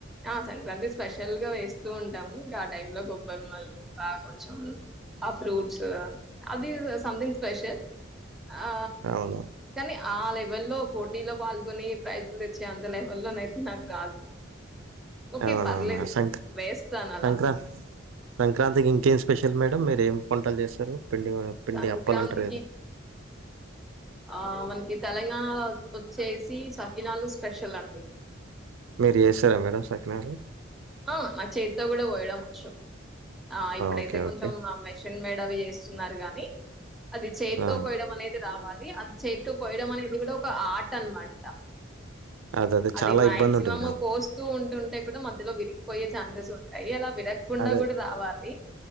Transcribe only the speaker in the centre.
ఆ సంక్రాంతి స్పెషల్ గా వేస్తూ ఉంటాము గా టైమ్ లో గొబ్బెమ్మలు గా కొంచెం ఆ ఫ్రూట్స్ అది సంథింగ్ స్పెషల్ ఆ
కానీ ఆ లెవెల్ల్లో పోటీలో పాల్గొని ప్రయత్నలు తెచ్చే అంత లెవెల్ లోనయితే నాకు రాదు ఓకే.
పర్లేదు
వేస్తానలా.
సంక్రాంతికి
ఆ మనకి తెలంగాణలో వచ్చేసి సకినాలు స్పెషల్ అండి
ఆ ఆ చేతితో కూడా పోయడం వచ్చు ఆ ఇప్పుడైతే
కొంచెం
మెషిన్ మేడ్ డవి చేస్తున్నారు గాని అది చేత్తో
పోయడం అనేది రావాలి అది చేతు పోయడం అనేది కూడా ఒక ఆర్ట్ అనమాట
అది
మాక్సిమమ్
పోస్తూ ఉంటుంటే కూడా మధ్యలో విరిగి ఛాన్సెస్ ఉంటాయి అలా విరగకుండా
కూడా రావాలి